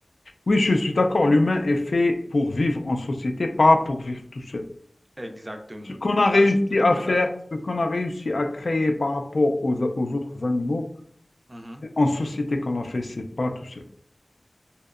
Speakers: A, on the left; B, on the right.
A: Oui, je suis d'accord, l'humain est fait pour vivre en société, pas pour vivre tout seul.
B: Exactement.
A: Ce qu'on a
B: Là,
A: réussi
B: je suis tout
A: à
B: à fait
A: faire,
B: d'accord.
A: ce qu'on a réussi à créer par rapport aux, aux autres animaux,
B: Mhm.
A: en société qu'on l'a fait, c'est pas tout seul.